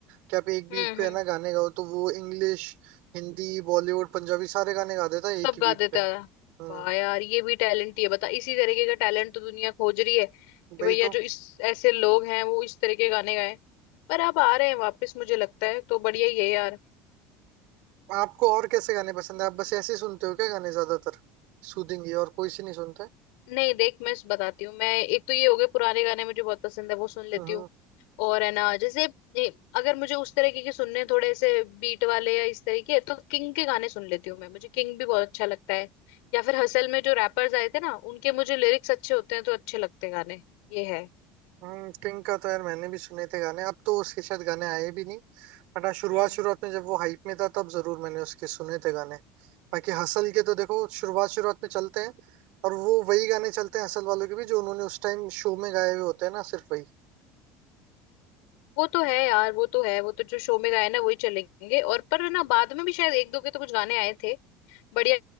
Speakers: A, on the right; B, on the left.
A: कि आप एक बीट
B: हम्म
A: पे
B: हम्म
A: है ना गाने गाओ तो वो इंग्लिश हिंदी बॉलीवुड पंजाबी सारे गाने गा देता है
B: सब
A: एक ही
B: गा
A: बीट
B: देता
A: पे
B: है
A: हम्म
B: वाह यार ये भी टैलेंट ही है बता इसी तरीके का टैलेंट तो दुनिया खोज रही है कि
A: वही
B: भैया
A: तो
B: जो इस ऐसे लोग हैं वो इस तरह के गाने गाएं पर अब आ रहे हैं वापस मुझे लगता है तो बढ़िया ही है यार
A: आपको और कैसे गाने पसंद है आप बस ऐसे ही सुनते हो क्या गाने ज्यादातर सूदिंग और कोई से नहीं सुनते
B: नहीं देख मैं बताती हूँ मैं एक तो ये हो गए पुराने गाने मुझे बहुत पसंद है वो सुन लेती
A: हम्म
B: हूँ और है ना जैसे ए, अगर मुझे उस तरीके के सुनने हैं, थोड़े ऐसे बीट वाले या इस तरीके तो किंग के गाने सुन लेती हूँ मैं मुझे किंग भी बहुत अच्छा लगता है या फिर हसल में जो रैपर्स आए थे ना उनके मुझे लिरिक्स अच्छे होते हैं तो अच्छे लगते हैं गाने ये है
A: हम्म किंग का तो यार मैंने भी सुने थे गाने अब तो उसके शायद गाने आए भी नहीं बट हाँ शुरुआत
B: हम्म
A: शुरुआत में जब वो हाइप में था तब जरूर मैंने उसके सुने थे गाने बाकी हसल के तो देखो शुरुआत शुरुआत में चलते हैं और वो वही गाने चलते हैं हसल वालों के भी जो उन्होंने उस टाइम शो में गाए हुए होते हैं ना सिर्फ वही
B: वो तो है यार वो तो है वो तो जो शो में गाए ना वही चलेंगे और पर ना बाद में भी शायद एक दो के तो कुछ गाने आए थे बढ़िया